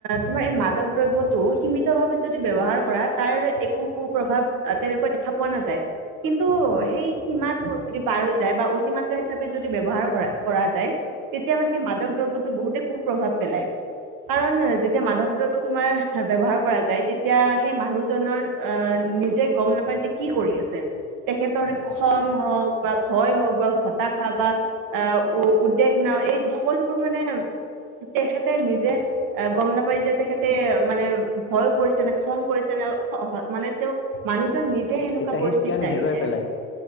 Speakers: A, on the right; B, on the left.
A: তোমাৰ এই মাধৱ। দ্ৰব্যতটো সীমিত ভাৱে যদি ব্য্ৱহাৰ কৰা তাৰ একো কু প্ৰভাৱ তেনেকুৱা দেখা পোৱা নাযায়। কিন্তু
B: উম,
A: সেই সীমাটো যদি পাৰ হৈ যায় বা অতিমাত্ৰা হিচাপে। যদি ব্যৱহাৰ কৰা কৰা যায় তেতিয়া মানে মাদক দ্ৰব্যতো বহুতে কু প্ৰ্ভাৱ পেলায়। কাৰণ যেতিয়া মাধৱ দ্ৰব্য। তোমাৰ ব্যৱহাৰ কৰা যায় তেতিয়া সেই মানুহজনৰ আহ নিজে গম নাপায় যে কি কৰি আছে। তেখেতৰ
B: উম, উম।
A: খং হওক বা ভয় হওক বা স খা বা আহ উ উদ্বেগ নাও এই সকলোবোৰ মানে তেখেতে নিজে এ গম নাপাই যে তেখেতে মানে ভয় কৰিছে নে খং কৰিছে মানে তেওঁ মানুহ নিজে সেনেকুৱা
B: হিতাহিত
A: পৰিস্থিতিত
B: জ্ঞান হেৰুৱাই
A: আহি যায়
B: পেলাই।